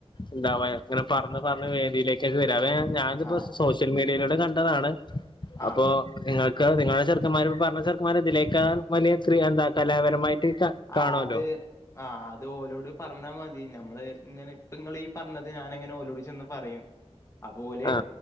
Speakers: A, on the left; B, on the left.
A: ഉണ്ടാവാ അങ്ങനെ പർഞ് പർഞ്ഞ് വേദിയിലേക്കൊക്കെ വെരാ അവ ഞാനിതിപ്പോ
B: ആഹ്
A: സോഷ്യൽ മീഡിയയിലൂടെ കണ്ടതാണ്
B: ആഹ്
A: അപ്പോ നിങ്ങൾക്ക് നിങ്ങളെ ചെറുക്കന്മാര് പറഞ്ഞ ചെറുക്കന്മാര് ഇതിലേക്കാൾ വലിയ എന്താ കലാപരമായിട്ട് കാണുമല്ലോ
B: ആ അത് ആ അത് ഓലോട് പറഞ്ഞാ മതി ഞമ്മള്ങ്ങനെ പ്പങ്ങളീ പർഞ്ഞത് ഞാനെങ്ങനെ ഓലോട് ചെന്ന് പറയും അപ്പോല്
A: ആ